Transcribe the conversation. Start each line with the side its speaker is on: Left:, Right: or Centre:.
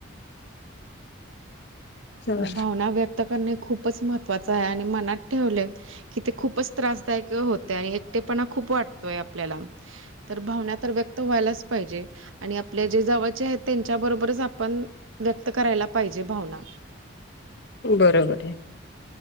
Left: हां,
Right: भावना व्यक्त करणे. खूप खूपच महत्त्वाचं आहे आणि मनात ठेवले कि ते खूपच त्रासदायक होते. आणि एकटेपणा खूप वाटतोय आपल्याला तर भावना तर व्यक्त व्हायलाच पाहिजे, आणि आपल्या जे जावळचे आहेत त्यांच्याबरोबरच आपण व्यक्त करायला पाहिजे. भावना.
Left: बरोबर आहे.